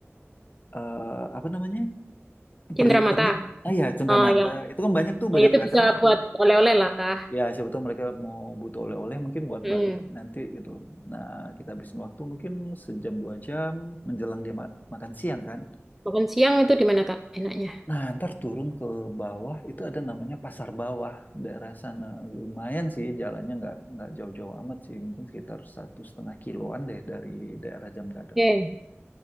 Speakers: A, on the left; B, in the centre.
A: eh, apa namanya
B: Cindramata.
A: pernik-pernik. Ah ya, cenderamata.
B: Ah, ya.
A: Itu kan banyak tuh,
B: Oh,
A: banyak
B: ya itu
A: ragamnya
B: bisa
A: itu.
B: buat oleh-oleh lah, Kak.
A: ya siapa tahu mereka mau butuh oleh-oleh mungkin buat
B: Mm.
A: balik nanti gitu. Nah, kita habisin waktu mungkin sejam dua jam menjelang dia ma- makan siang kan.
B: Makan siang itu di mana, Kak? Enaknya.
A: Nah, ntar turun ke bawah itu ada namanya Pasar Bawah daerah sana. Lumayan sih jalannya nggak nggak jauh-jauh amat sih, mungkin sekitar satu setengah kiloan deh dari daerah Jamkadang.
B: Oke.
A: sana.